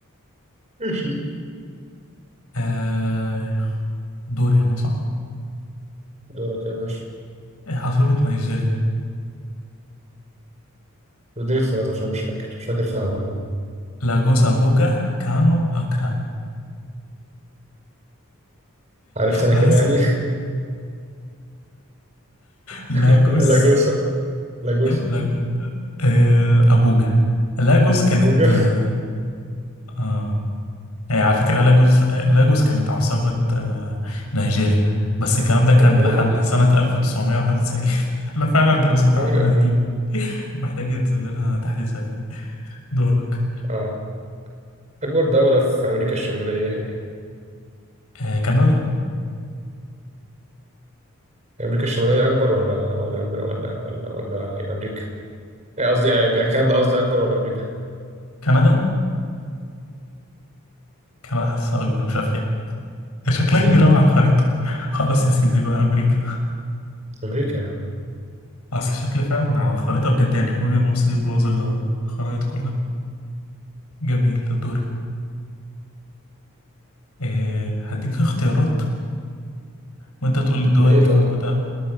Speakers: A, on the right; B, on the left.
A: ماشي
B: آه دوري أنا صح
A: دورك يا باشا
B: آه، عاصمة نيجيريا
A: اديني اختيارات عشان مش فاكر مش فاكر فيها والله
B: لاجوس أبوجا كانو أكرا
A: عرفت انا
B: أنا
A: كده
B: حاسس
A: يعني
B: لاجوس
A: <laughs> لاجوسا لاجوسا
B: لا... آه أبوجا لاجوس كانت
A: ابوجا
B: آه آه، هي على فكرة لاجوس لاجوس كانت عاصمة آه نيجيريا بس الكلام ده كان
A: انا راجل
B: لحد
A: قديم
B: سنة 1991 <laughs> احنا فعلا دراستنا
A: أنا راجل
B: عندنا
A: قديم
B: قديمة <laughs> محتاجين ينزل لنا تحديثات دورك
A: اه اكبر دولة في امريكا الشمالية هي إيه؟
B: آه كندا
A: امريكا الشمالية اكبر ولا ولا ولا ولا, ولا امريكا إيه قصدي آه، كندا قصدي أكبر ولا أمريكا؟
B: كندا كندا حاسسها أكبر مش عارف ليه شكلها
A: إزاي
B: كبير
A: يا ابني؟
B: أوي على الخريطة خلاص يا سيدي بقى أمريكا
A: أمريكا يا عم
B: أصل شكل فعلا على الخريطة بجد يعني جوجل مابس دي باظة الخرايط كلها جميل ده دوري أه هديك اختيارات وأنت تقول لي الدول
A: بإيه
B: دي
A: طيب؟
B: موجودة